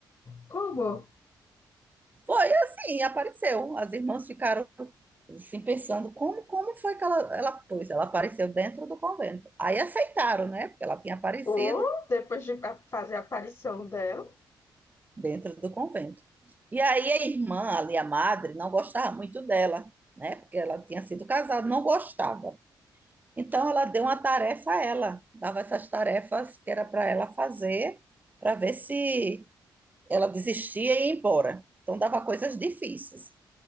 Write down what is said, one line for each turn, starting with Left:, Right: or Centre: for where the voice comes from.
Left: Como?
Right: Foi assim, apareceu. As irmãs ficaram assim pensando, como, como foi que ela, ela, pois, ela apareceu dentro do convento. Aí aceitaram, né? Porque ela tinha aparecido
Left: Ou depois de a- fazer a aparição dela,
Right: dentro do convento. E aí a irmã ali, a madre, não gostava muito dela, né? Porque ela tinha sido casada, não gostava. Então ela deu uma tarefa a ela, dava essas tarefas que era para ela fazer, para ver se ela desistia e ia embora. Então dava coisas difíceis.